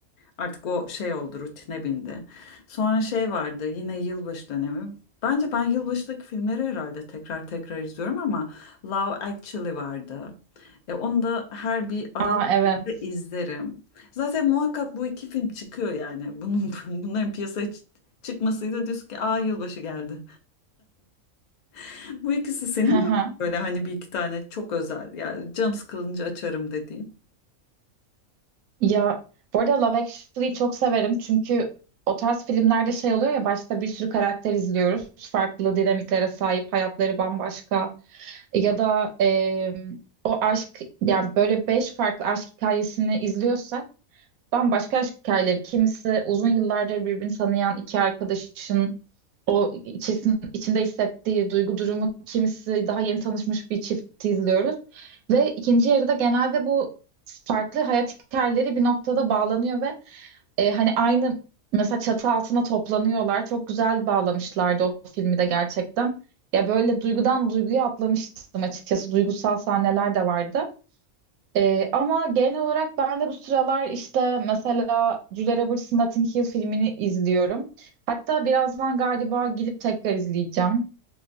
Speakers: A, on the left; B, on the right.
A: Artık o şey oldu, rutine bindi. Sonra şey vardı, yine yılbaşı dönemi. Bence ben yılbaşındaki filmleri herhalde tekrar tekrar izliyorum ama Love Actually vardı. E, onu da her bir Aralık
B: Aa evet.
A: ayında izlerim. Zaten muhakkak bu iki film çıkıyor yani. Bunun, <laughs> bunların piyasaya çı- çıkmasıyla diyorsun ki aa yılbaşı geldi. <laughs> Bu ikisi senin
B: <laughs> Hı hı.
A: var mı böyle hani bir iki tane çok özel yani canım sıkılınca açarım dediğin.
B: Ya bu arada Love Actually'yi çok severim çünkü o tarz filmlerde şey oluyor ya başta bir sürü karakter izliyoruz. Farklı dinamiklere sahip, hayatları bambaşka. Ya da eee, o aşk yani böyle beş farklı aşk hikayesini izliyorsak bambaşka aşk hikayeleri. Kimisi uzun yıllardır birbirini tanıyan iki arkadaşın o içerisinde içinde hissettiği duygu durumu kimisi daha yeni tanışmış bir çifti izliyoruz. Ve ikinci yarıda genelde bu farklı hayat hikayeleri bir noktada bağlanıyor ve e, hani aynı mesela çatı altına toplanıyorlar. Çok güzel bağlamışlardı o filmi de gerçekten. Ya böyle duygudan duyguya atlamıştım açıkçası. Duygusal sahneler de vardı. Ee, ama genel olarak ben de bu sıralar işte mesela Julia Roberts'ın Notting Hill filmini izliyorum. Hatta birazdan galiba gidip tekrar izleyeceğim.